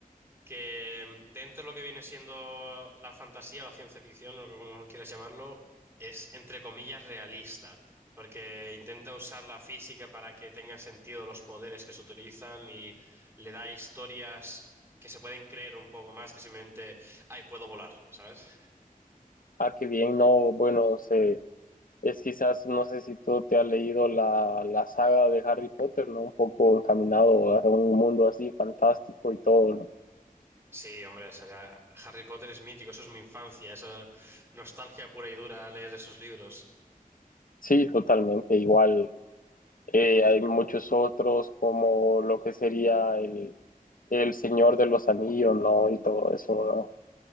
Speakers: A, on the right; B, on the left.
A: que dentro de lo que viene siendo la fantasía, la ciencia ficción, o como quieras llamarlo, es entre comillas realista, porque intenta usar la física para que tengan sentido los poderes que se utilizan y le da historias que se pueden creer un poco más que simplemente, ay, puedo volar, ¿sabes?
B: ah, qué bien, no, bueno, sé, es quizás, no sé si tú te has leído la, la saga de Harry Potter, ¿no? Un poco encaminado a un mundo así fantástico y todo, ¿no?
A: Sí, hombre, sería- Harry Potter es mítico, eso es mi infancia, eso nostalgia pura y dura leer esos libros.
B: Sí, totalmente, igual. Eh, hay muchos otros como lo que sería el, el Señor de los Anillos, ¿no? Y todo eso, ¿no?